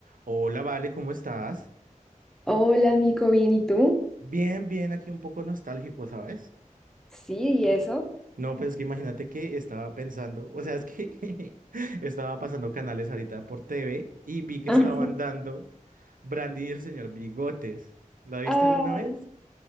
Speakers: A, on the right (about 80°); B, in the centre.
A: Hola, Vale, ¿cómo estás?
B: Hola, Nico, ¿bien y tú?
A: Bien, bien, aquí un poco nostálgico, ¿sabes?
B: Sí, ¿y eso?
A: No, pues es que imagínate que estaba pensando, o sea, es que <laughs> estaba pasando canales ahorita por TV y vi que
B: <laughs>
A: estaban dando Brandy y el señor Bigotes. ¿La viste
B: Ay,
A: alguna vez?